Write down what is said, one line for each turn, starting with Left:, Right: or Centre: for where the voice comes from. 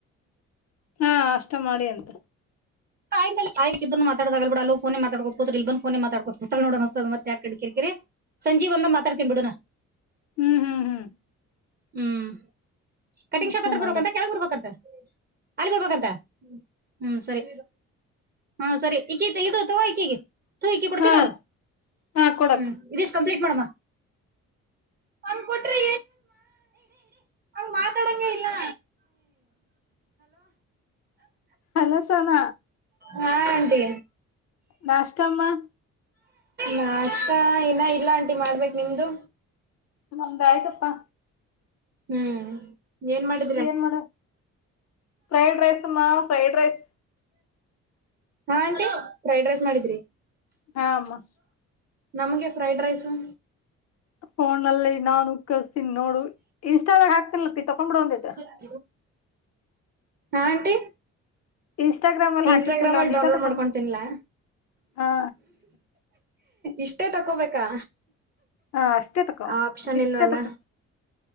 Left: ಹಾ, ಅಷ್ಟ ಮಾಡಿ ಅಂತ
Right: ಆ ಮಾತಡಾಗ ಬಿಡ ಅ ಫೋನೆ ಮಾತಾಕ ಹ ಇ ಬ ೋನ ಮಾತಾಡ್ೋತ ನೋತ ಮತ್ತ ಯಾಕ ಕಿರಿಕರಿ <unintelligible> ಸಂಜೀಕಬಂದಾಗ ಮಾತಾಡ್ತೀನಿ ಬಿಡು ನಾ
Left: ಹ್ಮ್, ಹ್ಮ್, ಹ್ಮ್
Right: ಹ್ಮ್, ಕಟಿಂಗ್
Left: ಅಷ್ಟ
Right: ಶಾಪ ಹತ್ರ ಬರ್ಂತ
Left: ಮಾಡಕ್
Right: ಕೆಳಗ್ ಬರ್ಬೇಕಂತ. ಅಲ್ಲಿ ಬರ್ಬೇಕಂತ ಹ್ಮ್, ಸರಿ ಹ್ಮ್ ಸರಿ ಈ ಇ ತಗೋ ಈಕೀಗ. ತಗೋ ಇಕಿಗಿ ಕೊಡ್ತ
Left: ಹಾ
Right: ನೋಡು
Left: ಹಾ ಕೊಡಕ್
Right: ಹ್ಮ್ ಇದಷ್ಟ ಕಂಪ್ಲೀಟ್ ಮಾಡಂ <unintelligible> ದಟ್ರಿ ಹಂಗ ಮಾತಾಡಂಗೆ ಇಲ್ಲಾ
Left: ಅಲೋ, ಸೋನಾ
Right: ಹಾ, ಆಂಟಿ
Left: ನಾಷ್ಟಮ್ಮ.
Right: ನಾಷ್ಟ ಇನ್ನಾ ಇಲ್ಲ ಆಂಟಿ ಮಾಡ್ಬೇಕ್ ನಿಮ್ದು.
Left: ನಮ್ಮಂದಾಯ್ತಪ್ಪಾ
Right: ಹ್ಮ್, ಏನ್ ಮಾಡ <unintelligible>
Left: ಏನ್ ಮಾಡ ಫ್ರೈಡ್ ರೈಸ್ ಮಾ ಫ್ರೈಡ್ ರೈಸ್
Right: ಹಾ, ಆಂಟಿ ಫ್ರೈಡ್ ರೈಸ್ ಮಾಡಿದ್ರಿ-
Left: ಹಾಮ್ಮಾ
Right: ನಮಗೆ ಫ್ರೈಡ್ ರೈಸು
Left: ಫೋನ್ ನಲ್ಲಿ ನಾನು ಕಳ್ಸ್ತೀನಿ ನೋಡು ಇನ್ಸ್ಟಾದಾಗ ಹಾಕ್ತೀನಿಲ್ಲ ತೊಕೊಂಡ್ ಬಿಡ್ ಒಂದಿಟ.
Right: ಹಾ, ಆಂಟಿ
Left: ಇನ್ಸ್ಟಾಗ್ರಾಮ್ ಅಲ್ಲಿ
Right: ಇನ್ಸ್ಟಾಗ್ರಾಮ
Left: ಹಾಕಿರ್ತನಲ್ಲ
Right: ಅಲ್ಲಿ
Left: ಒಂದ್
Right: ಡೌನ್ಲೋಡ್
Left: ಈಟ ತಕೊಂಡ್ಬಿಡು
Right: ಮಾಡ್ಕೊಂಡತಿನ್ಲಾ
Left: ಹಾ
Right: ಇಷ್ಟೇ ತಕೋಬೇಕಾ
Left: ಹಾ, ಅಷ್ಟೇ ತಕೋ
Right: ಆ ಆಪ್ಷನ್
Left: ಇದಿಷ್ಟ
Right: ಇಲ್ವಲ್ಲ
Left: ತಕೊ